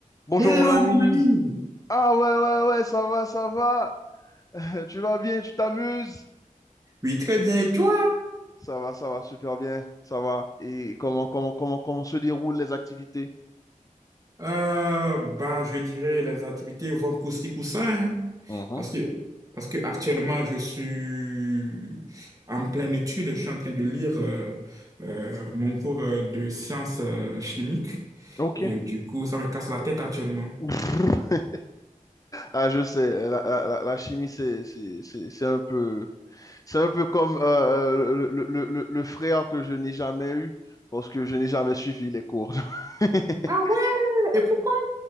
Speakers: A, on the left (about 25°); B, on the right (about 25°).
A: Bonjour
B: Hello,
A: mon ami.
B: mon ami.
A: Ah ouais, ouais, ouais, ça va, ça va. <laughs> Tu vas bien, tu t'amuses?
B: Oui, très bien. Et toi?
A: Ça va, ça va, super bien, ça va. Et comment, comment, comment, comment se déroulent les activités?
B: Euh, bah, je dirais les activités vont coussi coussin, hein,
A: Mhm.
B: parce que parce que actuellement je suis en pleine étude. Je suis en train de lire euh, euh, mon cours euh, de sciences euh, chimiques
A: Ok.
B: et du coup ça me casse la tête actuellement.
A: <laughs> Ah, je sais, la, la- la- la chimie, c'est, c'est, c'est, c'est un peu, c'est un peu comme euh, euh, le, le, le, le- le frère que je n'ai jamais eu parce que je n'ai jamais suivi les cours. <laughs>
B: Ah ouais, et pourquoi?